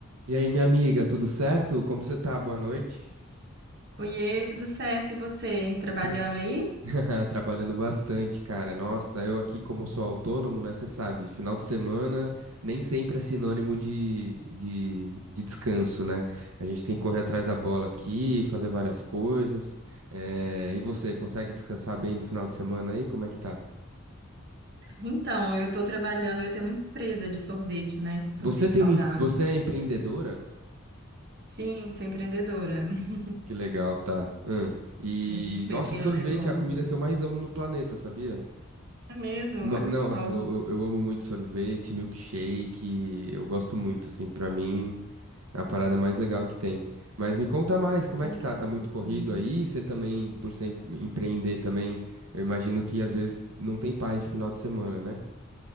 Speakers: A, on the right; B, on the right.
A: E aí, minha amiga, tudo certo? Como você tá? Boa noite.
B: Oiê, tudo certo? E você, trabalhando
A: Tu-
B: aí?
A: <laughs> Trabalhando bastante, cara. Nossa, eu aqui, como sou autônomo, né? Você sabe, final de semana nem sempre é sinônimo de, de, de descanso, né? A gente tem que correr atrás da bola aqui, fazer várias coisas. Eh, E você, consegue descansar bem no final de semana aí? Como é que tá?
B: Então, eu estou trabalhando, eu tenho uma empresa de sorvete, né? De sorvete
A: Você tem
B: saudável.
A: uma... em- Você é empreendedora?
B: Sim, sou empreendedora. <laughs>
A: Que legal, tá. Hum. E,
B: Tenho um pequeno
A: nossa, sorvete
B: negócio.
A: é a comida que eu mais amo no planeta, sabia?
B: É mesmo,
A: No-
B: olha
A: Não,
B: só.
A: nossa, eu, eu eu amo muito sorvete, milkshake, eu gosto muito, assim, pra mim é a parada mais legal que tem. Mas me conta mais, como
B: Ai,
A: é que
B: que
A: tá? Tá muito corrido
B: bom.
A: aí? Você também, por ser em- empreender também, eu imagino que às vezes não tem paz de final de semana, né?